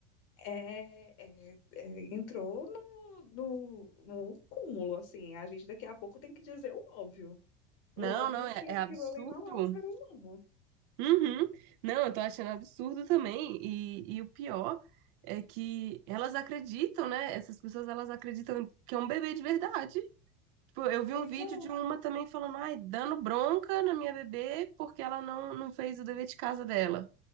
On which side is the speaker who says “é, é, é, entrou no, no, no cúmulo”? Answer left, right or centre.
Left